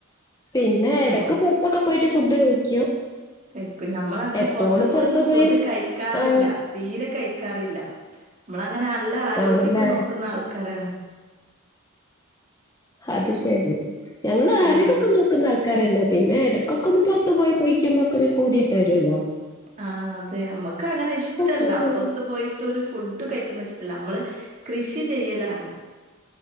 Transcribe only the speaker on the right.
നമ്മ
കഴിക്കും നമ്മള അങ്ങനെ
പുറത്ത് പോയൊന്നും ഫുഡ്
കഴിക്കാറില്ല
തീരെ കഴിക്കാറില്ല നമ്മള അങ്ങനെ നല്ല ആരോഗ്യമൊക്കെ
നോക്കുന്ന ആൾക്കാരാണ്
ആഹ്.
ആഹ് അതെ നമ്മക്ക് അങ്ങനെ ഇഷ്ട്ടല്ല
പുറത്ത് പോയി ട്ടൊരു ഫുഡ് കഴിക്കുന്നെ ഇഷ്ടല്ല നമ്മള് കൃഷി ചെയ്യലാണ്